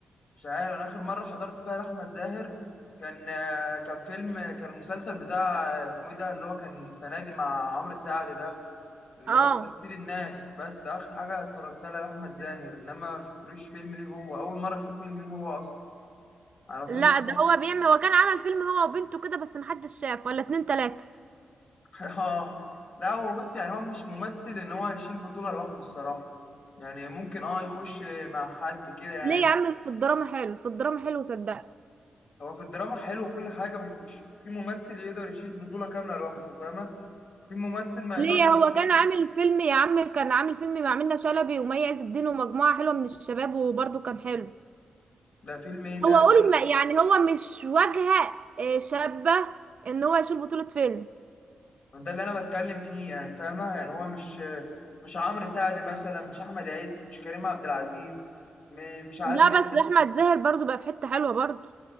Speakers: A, on the left; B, on the right.
A: مش عارف انا اخر مره حضرت فيها لاحمد زاهر كان آه، كان فيلم كان المسلسل بتاع آه، اسمه ايه ده اللي هو كان السنه دي مع عمرو سعد ده اللي
B: اه
A: هو كان سيد الناس بس ده اخر حاجه اتفرجت لها لاحمد زاهر انما ما شفتلوش فيلم ليه هو اول مره اشوف فيلم ليه هو اصلا على طول
B: لا
A: مثلا
B: ده هو بيعمل هو كان عمل فيلم هو وبنته كده بس محدش شاف ولا اتنين تلاته
A: <laughs> اه لا هو بص يعني هو مش ممثل ان هو هيشيل بطوله لوحده الصراحه يعني ممكن اه يخش مع حد كده يعني
B: ليه يا عم في الدراما حلو في الدراما حلو صدق
A: هو في الدراما حلو وكل حاجة بس مش في ممثل يقدر يشيل بطولة كاملة لوحده فاهمة؟ في ممثل ما
B: ليه
A: يقدرش
B: هو
A: لوحده
B: كان عامل فيلم يا عم كان عامل فيلم مع منة شلبي ومي عز الدين ومجموعه حلوه من الشباب وبرده كان حلو
A: ده فيلم ايه ده
B: هو اقول
A: اللي إيه؟
B: ما يعني هو مش واجهة آه، شابة ان هو يشيل بطولة فيلم
A: ده اللي انا بتكلم فيه يعني فاهمة؟ يعني هو مش مش عمرو سعد مثلا مش احمد عز مش كريم عبد العزيز م- مش عادل
B: لا بس
A: امام
B: احمد زاهر برضو بقى في حتة حلوة برضو